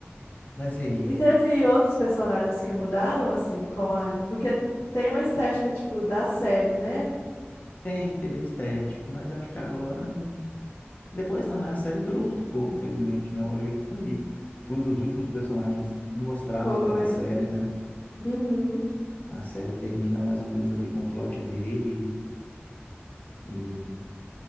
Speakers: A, on the left; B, on the left.
A: Mas e aí?
B: E teve outros personagens que mudaram assim com a, porque tem uma estética tipo da série, né?
A: Tem, teve a estética, mas acho que agora não. Depois não, né? A série durou muito pouco, infelizmente, né? O Warwick foi, foi um dos últimos personagens mostrados
B: Foi.
A: pela série, né?
B: Uhum.
A: A série termina mais ou menos ali com o plot dele. E